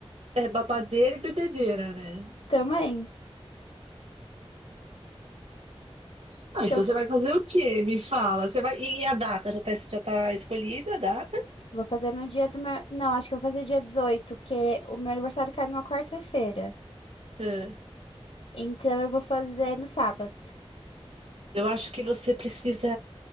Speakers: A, on the right; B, on the left.
A: é babadeira e bebedeira, né?
B: também.
A: Ah,
B: Então,
A: então você vai fazer o quê? Me fala. Você vai... E a data? Já tá, já tá escolhida a data?
B: vou fazer no dia do meu. Não, acho que eu vou fazer dia 18 porque o meu aniversário cai numa quarta-feira.
A: É.
B: Então, eu vou fazer no sábado.
A: Eu acho que você precisa